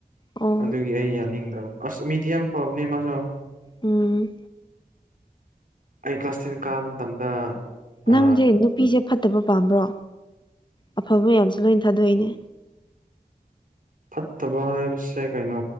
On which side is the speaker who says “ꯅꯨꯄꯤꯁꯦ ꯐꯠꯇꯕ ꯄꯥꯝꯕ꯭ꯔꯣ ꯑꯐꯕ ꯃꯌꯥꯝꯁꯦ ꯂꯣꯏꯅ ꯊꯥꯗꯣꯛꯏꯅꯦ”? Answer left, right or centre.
Left